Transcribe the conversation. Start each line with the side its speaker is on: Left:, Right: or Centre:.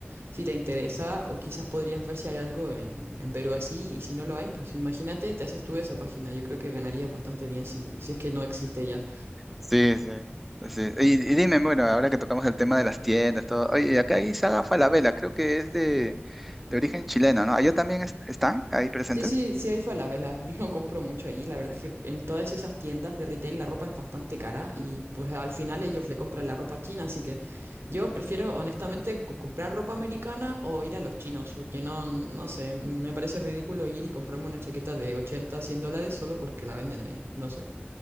Right: Si te interesa, o quizás podrías ver si hay algo en, en Perú así, y si no lo hay, pues imagínate, te haces tú esa página. Yo creo que ganarías bastante bien si, si es que no existe ya.
Centre: Sí, sí. sí. Y, y dime, bueno, ahora que tocamos el tema de las tiendas, todo. Oye, acá hay Saga Falabella, creo que es de, de origen chileno, ¿no? ¿Allá también es- están ahí presentes?
Right: Sí, sí, sí hay Falabella. <laughs> Yo no compro mucho ahí. La verdad es que en todas esas tiendas de retail la ropa es bastante cara y pues al final ellos le compran la ropa a china, así que yo prefiero honestamente co- comprar ropa americana o ir a los chinos, porque no, no sé, me parece ridículo ir y comprarme una chaqueta de 80 100 dólares solo porque la venden ahí. No sé.